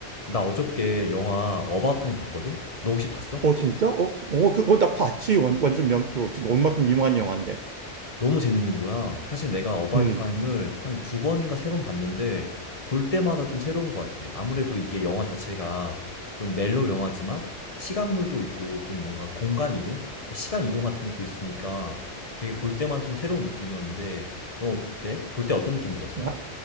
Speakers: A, on the left (about 30°); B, on the right (about 50°).
A: 나 어저께 영화 어바웃 타임 봤거든? 너 혹시 봤어?
B: 어 진짜? 어, 어 그거 나 봤지. 완, 완전 명, 그 온만큼 유명한 영화인데.
A: 너무 재밌는 거야. 사실 내가 어바웃
B: 음.
A: 타임을 한 두 번인가 세번 봤는데 볼 때마다 좀 새로운 것 같아. 아무래도 이게 영화 자체가 좀 멜로 영화지만 시간물도 있고 좀 뭔가 공간 이동? 그러니까 시간 이동 같은 것도 있으니까 되게 볼 때마다 좀 새로운 느낌이었는데 너 어때? 볼 때 어떤 느낌 들었어?
B: 와-